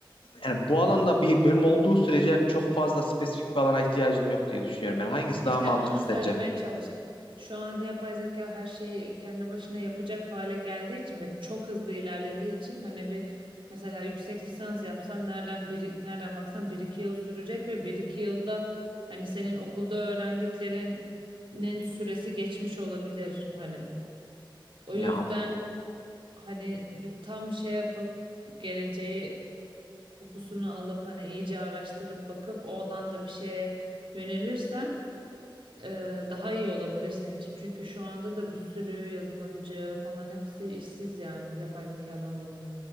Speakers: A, on the left; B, on the right.
A: yani bu alanda bir bölüm olduğu sürece yani çok fazla spesifik bir alana ihtiyacım yok diye düşünüyorum. Yani hangisi
B: İşte
A: daha mantıklı
B: onu
A: sence?
B: söylemeye çalıştım. Şu an yapay zeka her şeyi kendi başına yapacak hale geldiği için ve çok hızlı ilerlediği için hani bir mesela yüksek lisans yapsan nereden bir nereden baksan bir iki yıl sürecek ve bir iki yılda hani senin okulda öğrendiklerinin süresi geçmiş olabilir hani. O
A: Ya
B: yüzden hani bir tam şey yapıp geleceği kokusunu alıp hani iyice araştırıp bakıp o alanda bir şeye yönelirsen e, daha iyi olabilir senin için. Çünkü şu anda da bir sürü yazılımcı falan hepsi işsiz yani yapay zekadan dolayı.